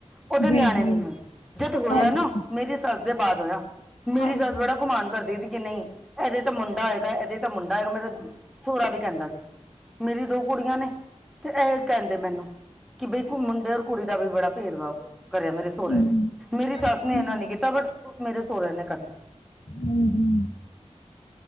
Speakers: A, in the centre; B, on the left.
A: ਉਹਦੇ
B: ਜੀ
A: ਨਿਆਣੇ
B: ਜੀ
A: ਨਹੀਂ ਹੋਏ ਜਦ ਹੋਇਆ
B: ਹਾਂਜੀ
A: ਨਾ
B: ਹਾਂਜੀ
A: ਮੇਰੀ ਸੱਸ ਦੇ ਬਾਅਦ ਹੋਇਆ ਮੇਰੀ
B: ਹਾਂਜੀ
A: ਸੱਸ ਬੜਾ ਘੁਮਾਨ ਕਰਦੀ ਸੀ ਕਿ ਨਹੀਂ ਇਹਦੇ ਤਾਂ ਮੁੰਡਾ ਹੈਏਗਾ। ਤਾਂ ਮੁੰਡਾ ਹੋਏਗਾ ਮੇਰਾ ਸੋਹਰਾ ਵੀ ਕਹਿੰਦਾ ਸੀ ਮੇਰੀ ਦੋ ਕੁੜੀਆਂ ਨੇ ਤੇ ਇਹ ਕਹਿੰਦੇ ਮੈਨੂੰ ਕਿ ਬਈ ਮੁੰਡੇ ਔਰ ਕੁੜੀ ਦਾ ਵੀ ਬੜਾ ਭੇਦਭਾਵ ਕਰਿਆ ਮੇਰੇ ਸਹੁਰੇ
B: ਹਾਂਜੀ
A: ਨੇ ਮੇਰੀ ਸੱਸ ਨੇ ਇੰਨਾ ਨੀ ਕੀਤਾ ਬਟ ਮੇਰੇ ਸਹੁਰਿਆਂ ਨੇ ਕਰਿਆ
B: ਹਮ, ਹਮ।